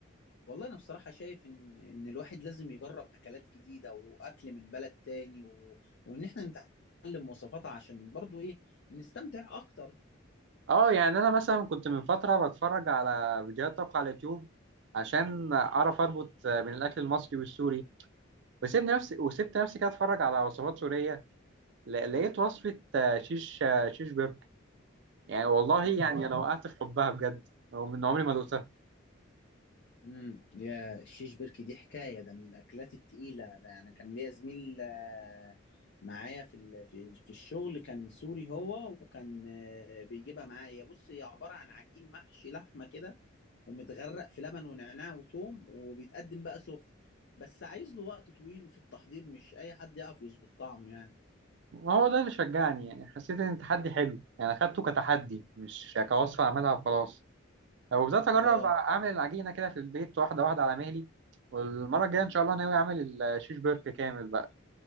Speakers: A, on the left (about 60°); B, on the right (about 60°).
A: والله أنا بصراحة شايف إن إن الواحد لازم يجرب أكلات جديدة وأكل من بلد تاني و... وإن إحنا نتعلم وصفاتها عشان برضو إيه نستمتع أكتر
B: اه يعني انا مثلا كنت من فتره بتفرج على فيديوهات طبخ على اليوتيوب عشان اعرف اربط بين الاكل المصري والسوري وسيبني نفسي وسبت نفسي كده اتفرج على وصفات سوريه ل- لقيت وصفه آه، شيش آه، شيش برجر يعني والله
A: اه
B: يعني انا وقعت في حبها بجد ومن عمري ما دقتها
A: امم يا الشيش بركي دي حكايه ده من الاكلات التقيله ده انا كان ليا زميل آه، معايا في ال- في في الشغل كان سوري هو وكان آه، بيجيبها معايا بص هي عباره عن عجين محشي لحمه كده ومتغرق في لبن ونعناع وتوم وبيتقدم بقى سخن بس عايز له وقت طويل في التحضير مش اي حد يعرف يظبط طعمه يعني
B: ما هو ده اللي شجعني يعني حسيت ان التحدي حلو يعني اخدته كتحدي مش كوصفه اعملها وخلاص وبدأت أجرب
A: اه
B: أعمل العجينة كده في البيت واحدة واحدة على مهلي والمرة الجاية إن شاء الله ناوي أعمل الشيش برك كامل بقى